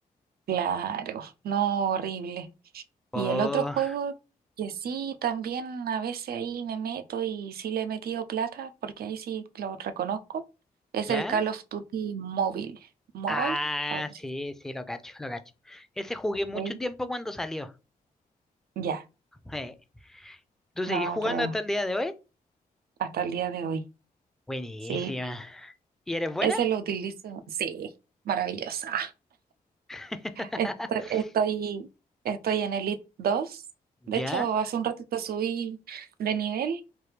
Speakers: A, on the right; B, in the centre.
A: Claro, <laughs> no, horrible.
B: Oh,
A: Y el otro juego que sí, también a veces ahí me meto y sí le he metido plata, porque ahí sí lo reconozco, es
B: ¿ya?
A: el Call of Duty móvil. ¿Mobile?
B: Ah,
A: algo así.
B: sí, sí, lo cacho, lo cacho. Ese jugué mucho
A: Sí.
B: tiempo cuando salió.
A: Ya,
B: Eh, ¿Tú
A: no,
B: seguís jugando
A: pero
B: hasta el día de hoy?
A: hasta el día de hoy.
B: Buenísima.
A: Sí.
B: ¿Y eres buena?
A: Ese lo utilizo, sí, maravillosa.
B: <laughs>
A: Estoy, estoy, estoy en Elite dos De
B: ¿Ya?
A: hecho, hace un ratito subí de nivel